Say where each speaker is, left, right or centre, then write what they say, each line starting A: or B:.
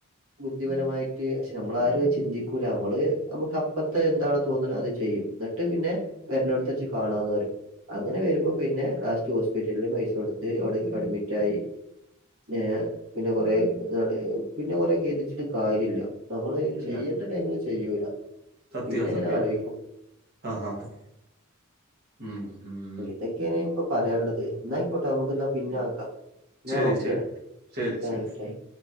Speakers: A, on the right; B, on the right.
A: ബുദ്ധിപരമായിട്ട് പക്ഷെ നമ്മളാരുത് ചിന്തിക്കൂല നമ്മള് നമുക്ക് അപ്പത്തെ എന്താണ് തോന്ന്ണ് അത് ചെയ്യും എന്ന്ട്ട് ട്ട് പിന്നെ വരനോട്ത്ത് വെച്ച് കാണാന്ന് പറേം അങ്ങനെ വരുമ്പോ പിന്നെ ലാസ്റ്റ് ഹോസ്പിറ്റലിൽ പൈസ കൊടുത്ത് അവിടെ അഡ്മിറ്റായി ഏഹ് പിന്നെ കൊറേ പിന്നെ കൊറെ കൈത് ച്ട്ട് കാര്യല്ല നമ്മള്
B: ഇല്ല
A: ചെയ്യേണ്ട ടൈമില് ചെയ്യൂല
B: സത്യവാ
A: പിന്നെങ്ങനെ
B: സത്യവാ
A: ആലോയ്ക്കും
B: ആഹ് ആഹ് ഉം മ്ഹ്
A: ഇതൊക്കേണ് ഇപ്പൊ പറയാള്ളത് ന്നായിക്കോട്ടെ നമുക്ക്ന്നാ പിന്നെ ആക്ക ന്നാ
B: ശരി
A: ഓക്കേടാ
B: ശരി ശരി
A: ടാങ്ക്യു
B: ശരി
A: ടാങ്ക്യൂ